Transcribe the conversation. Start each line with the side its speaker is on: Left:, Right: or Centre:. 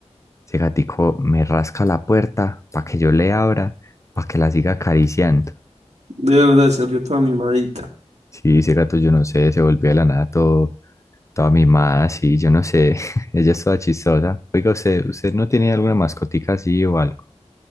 Left: Ese gatico me rasca la puerta para que yo le abra, para que la siga acariciando.
Right: de verdad, se volvió toda mimadita.
Left: Sí, ese gato, yo no sé, se volvió de la nada todo, toda mimada, sí, yo no sé. <laughs> Ella es toda chistosa. Oiga, ¿usted, usted no tiene alguna mascotica así o algo?